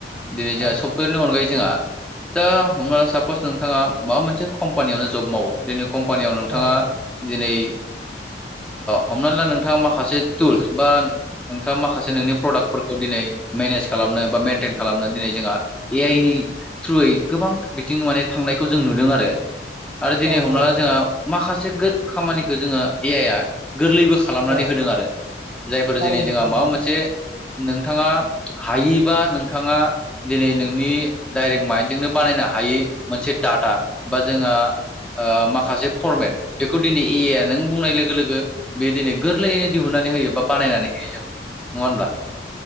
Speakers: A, in the centre; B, on the right.
A: दिनै
B: औ
A: जोंहा सप्तेयारनि
B: औ
A: अनगायै जोंहा दा हमना सापस नोंथाङा माबा मोनसे कम्पानियावनो जब मावो <unintelligible> कम्पानियाव नोंथाङा
B: औ औ
A: दिनै हमनानै ला नोंथाङा माखासे टुलस बा नोंथाङा माखासे नोंनि प्रडाक्टफोरखौ दिनै मेनेज खालामनो बा मेइेनटेन खालामनो दिनै जोंहा ए आइ नि थ्रुयै गोबां बिथिं माने थांनायखौ जों नुदों आरो। आरो दिनै
B: औ
A: हमना
B: औ
A: ला जोंहा माखासे खामानिखौ जोङो ए आइ या गोरलैबो खालामनानै
B: औ औ
A: होदों आरो जायफोर
B: थारैनो
A: दिनै जोंहा
B: थारैनो
A: माबा मोनसे नोंथाङा हायैबा नोंथाङा दिनै नोंनि डाइरेक्ट माइन्डजोंनो बानायनो हायि मोनसे डाटा बा जोंहा माखासे फरमेट बेखौ दिनै ए आइ आ नों बुंनाय लोगो लोगो बे दिनै गोरलैयैनो दिहुननानै होयो बा बानायनानै होयो जों नङा होमब्ला?